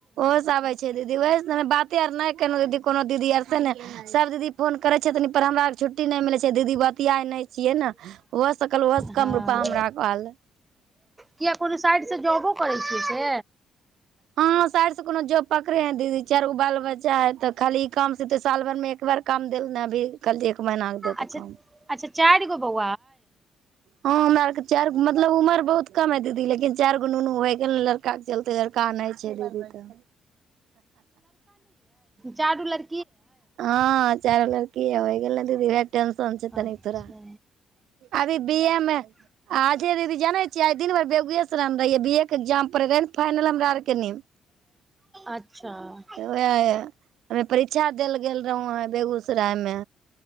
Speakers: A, on the right; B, on the right.
A: ओहोसँ आबै छै, दीदी ओहि बाते आर नहि केलहुँ दीदी कोनो दीदी आरसँ ने सभ दीदी फोन करै छथिन पर हमरा आरके छुट्टी नहि मिलै छै दीदी बतिियाए नहि छियै ने ओहोसँ कहलहुँ ओहोसँ
B: हँ
A: कम रुपा हमरा आरक आयल।
B: किया कोनो साइडसँ जॉबो करै छियै से
A: हँ साइड से कोनो जोब पकड़े है दीदी चारि गो बाल बच्चा है तऽ खाली इ काम से त साल भर मे एकबार। काम देल नै अभी कल एक महीना मे देतै
B: अच्छा
A: काम,
B: अच्छा चारि गो बहु
A: हँ हमरा आरके चार मतलब उमर बहुत, कम है दीदी लेकिन चार गो ननू हो गेल लड़, लड़का के चलते लड़का नहि छै दीदी तऽ,
B: चाडू लर
A: हँ चारो लड़कीये बै एले दीदी टेंशन छै तनीक
B: अच्छा
A: थोड़ा अभी बी ए मे आजे दीदी जनै छियै दिन भर बेगुएराय मे रहियै बी ए के्जाम परै रहै न फइनल हमरा आर के नीम
B: अच्छा अच्छा
A: त वेहै तवे परीक्षा। चल गेल रहौं हैं बेगूसराय मे